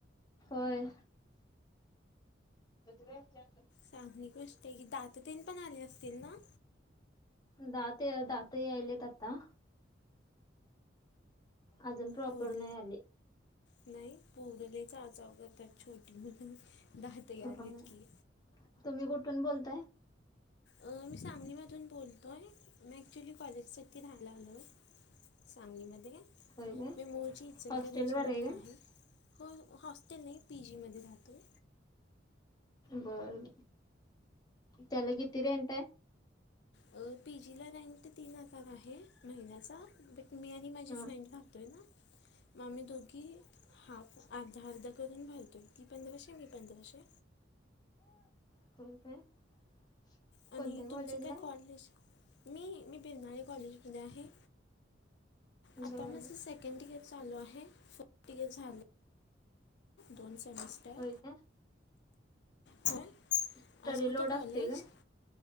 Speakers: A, on the left; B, on the left.
A: होय. <unintelligible> विचार
B: चांगली गोष्ट आहे की, दाततेन पण आले असतील ना?
A: दात दात यायलेत आत्ता. अजून प्रॉपर
B: पूर
A: नाही आली.
B: नाही पोर लई चावा चाव करतात, छोटी मुलं दात यालीत
A: होय
B: की.
A: तुम्ही कुठून बोलता आहे?
B: अ मी सांगलीमधून बोलतोय मी ऍक्च्युली कॉलेजसाठी राहायला आलो सांगलीमध्ये
A: होय काय
B: मी मुळची इचलकरंजी
A: हॉस्टेलवर
B: मधली
A: काय
B: आहे. होय ह हॉस्टेल नाही पी जीमध्ये राहतोय.
A: बरं त्याला किती रेंट आहे?
B: अ पी जी ला राहीन तर तीन हजार आहे महिन्याचा बट मी आणि माझी
A: हां
B: फ्रेंड राहतो आहे ना, म आम्ही दोघी हाफ अर्धा अर्धा करून भरतोय ती पंधराशे मी पंधराशे
A: <unintelligible>
B: आणि
A: कॉलेजला
B: तुमचं काय
A: आहे
B: कॉलेज मी मी बिरणारे कॉलेजमध्ये आहे. आता
A: बरं
B: माझ सेकंड इयर चालू आहे फस्ट इयर झालं. दोन सेमिस् तर
A: होय काय
B: चल
A: स्टडी
B: आज होतं
A: लोड
B: कॉलेज
A: असते काय